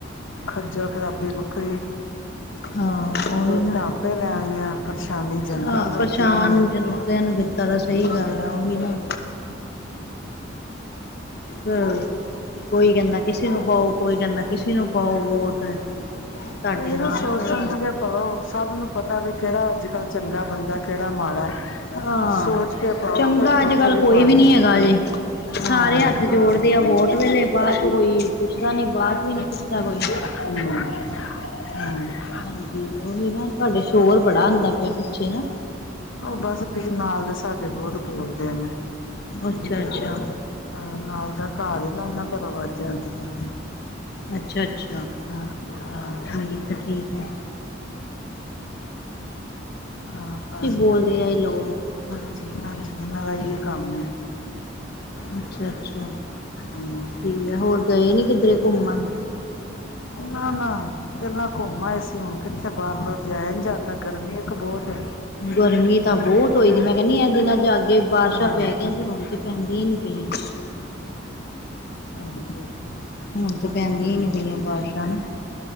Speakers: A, on the left (about 80°); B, on the left (about 55°).
A: ਖੱਜਲ ਖਰਾਬੀ ਵੱਖਰੀ
B: ਹਾਂ ਉਹੀ
A: ਵੋਟਾਂ
B: ਨਾ
A: ਆਪੇ ਲੈਣੀਆਂ ਪਰੇਸ਼ਾਨੀ ਜਨਤਾ
B: ਹਾਂ
A: ਨੂੰ
B: ਪਰੇਸ਼ਾਨ
A: ਦਿੱਤੀ ਹੋਈ ਏ
B: <unintelligible> ਤਾਂ ਸਹੀ ਗੱਲ ਆ ਉਹੀ ਨਾ ਹ ਕੋਈ ਕਹਿੰਦਾ ਕਿਸੇ ਨੂੰ ਕਾਓ, ਕੋਈ ਕਹਿੰਦਾ ਕਿਸੇ ਨੂੰ ਪਾਓ ਵੋਟ ਤੁਹਾਡੇ
A: ਇਹ
B: ਨਾਲ
A: ਨਾ ਸੋਚ
B: ਖੜਾ।
A: ਸਮਝ ਕੇ ਪਾਓ ਸਭ ਨੂੰ ਪਤਾ ਵੀ ਕਿਹੜਾ ਅੱਜ ਕੱਲ੍ਹ ਚੰਗਾ ਬੰਦਾ ਕਿਹੜਾ ਮਾੜਾ
B: ਹਾਂ,
A: ਸੋਚ ਕੇ ਪਾਓ
B: ਚੰਗਾ
A: ਜਿੱਥੇ
B: ਅੱਜ-ਕੱਲ ਕੋਈ
A: ਪਾਣੀ
B: ਵੀ ਨੀ ਹੈਗਾ ਜੇ।
A: ਹਾਂ
B: ਸਾਰੇ ਹੱਥ ਜੋੜਦੇ ਆ ਵੋਟ ਵੇਲੇ ਬਾਅਦ ਚ ਕੋਈ ਪੁੱਛਦਾ ਨੀ ਬਾਤ। ਨੀ ਪੁੱਛਦਾ ਕੋਈ।
A: ਹਮ <unintelligible>
B: ਹਾਂਜੀ ਉਹੀ ਨਾ, ਤੁਹਾਡੇ ਸ਼ੋਰ ਬੜਾ ਆਂਦਾ ਪਿਆ ਪਿੱਛੇ ਨਾ।
A: ਉਹ ਬਸ ਫ ਨਾਲ ਦੇ ਸਾਡੇ ਬਹੁਤ ਬੋਲਦੇ ਨੇ।
B: ਅੱਛਾ-ਅੱਛਾ।
A: ਹਾਂ ਨਾਲ ਦਾ ਘਰ ਏ ਨਾ, ਉਹਨਾਂ ਘਰੋਂ ਵਾਜਾ ਆਂਦੀਆਂ ਨੇ।
B: ਅੱਛਾ-ਅੱਛਾ,
A: ਹਾਂ ਹਾਂ
B: ਠੀਕ ਏ, ਠੀਕ ਏ।
A: ਹਾਂ ਬਸ,
B: ਬੋਲਦੇ ਆ ਇਹ ਲੋਕ
A: ਹਾਂਜੀ ਇਹਨਾਂ ਦਾ ਏਹੀ ਕੰਮ ਏ। <inaudible>
B: ਅੱਛਾ-ਅੱਛਾ।
A: ਹਮ
B: ਠੀਕ ਏ, ਹੋਰ ਗਏ ਨੀ ਕਿਧਰੇ ਘੁੰਮਣ?
A: ਨਾ-ਨਾ ਪੇਲਾਂ ਘੁੰਮਾ ਆਏ ਸੀ ਹੁਣ ਕਿੱਥੇ ਬਾਰ-ਬਾਰ ਜਾਇਆ ਨੀ ਜਾਂਦਾ ਗਰਮੀ ਬਹੁਤ ਹੈ
B: ਗਰਮੀ ਤਾਂ ਬਹੁਤ ਹੋਈ ਦੀ ਮੈਂ ਕਹਿੰਦੀ ਐ, ਇਹ ਦਿਨਾਂ ਚ ਅੱਗੇ ਬਾਰਿਸ਼ਾਂ
A: ਹਾਂ
B: ਪੈ ਗਈਆਂ ਸੀ, ਹੋਣ ਤੇ ਪੈਂਦੀਆਂ ਹੀ ਨੀ ਪਈਆਂ।
A: ਹਾਂਜੀ।
B: ਹੁਣ ਤੇ ਪੈਂਦੀਆਂ ਹੀ ਨੀ ਪਈਆਂ ਬਾਰਿਸ਼ਾਂ ਨਾ।